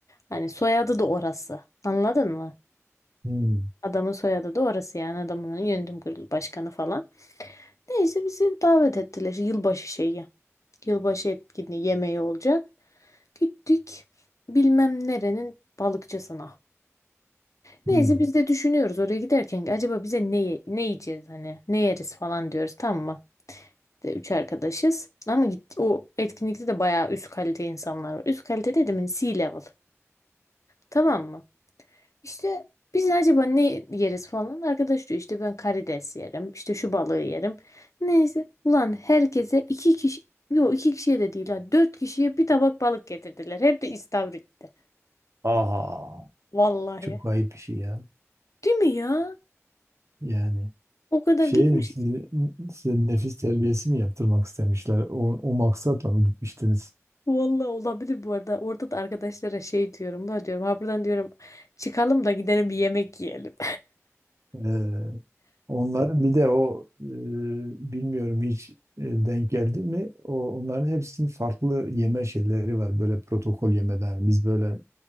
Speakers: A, on the left; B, on the right.
A: Hani soyadı da orası. Anladın mı?
B: Hmm,
A: Adamın soyadı da orası yani adamın yönetim kurulu başkanı falan. Neyse bizi davet ettiler yılbaşı şeyi. Yılbaşı etkinliği yemeği olacak. Gittik bilmem nerenin balıkçısına. Neyse
B: hmm.
A: biz de düşünüyoruz oraya giderken ki acaba bize ne, ye- ne yiyeceğiz hani ne yeriz falan diyoruz tamam mı? De, üç arkadaşız ama git, o etkinlikte de bayağı üst kalite insanlar var. Üst kalite dedim hani C level tamam mı? İşte biz acaba ne yeriz falan. Arkadaş diyor işte ben karides yerim. İşte şu balığı yerim. Neyse. Ulan herkese iki kişi yok iki kişiye de değil ha. Dört kişiye bir tabak balık getirdiler. Hep de istavritte.
B: Aa,
A: Vallahi.
B: çok ayıp bir şey ya.
A: Değil mi ya?
B: Yani
A: O kadar
B: şey
A: gitmişiz.
B: mi sizi- size nefis terbiyesi mi yaptırmak istemişler? O, o maksatla mı gitmiştiniz?
A: Vallahi olabilir bu arada. Orada da arkadaşlara şey diyorum. Ben diyorum ha buradan diyorum çıkalım da gidelim bir yemek yiyelim.
B: Ee, onların bir de o e, bilmiyorum hiç e, denk geldi mi? O onların hepsinin farklı yeme şeyleri var. Böyle protokol yemeden biz böyle